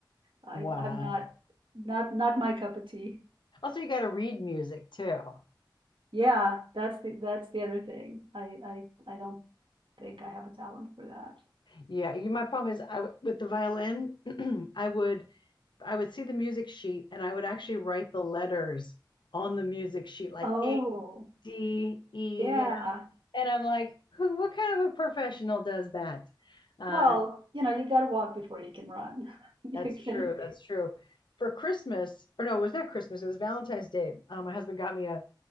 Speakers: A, on the right (about 85°); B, on the left (about 70°).
A: I
B: Wow.
A: I'm not not not my cup of tea.
B: Also, you got to read music too.
A: Yeah, that's the that's the other thing. I I I don't think I have a talent for that.
B: Yeah, you, my problem is I w- with the violin, <clears throat> I would I would see the music sheet and I would actually write the letters on the music sheet like
A: Oh,
B: A, D, E,
A: yeah.
B: you know. And I'm like, who, what kind of a professional does that? Uh,
A: Well, you know, you got to walk before you can run. <laughs> You
B: that's
A: can,
B: true. That's true. For Christmas, or no, it was not Christmas, it was Valentine's Day. Uh, my husband got me a,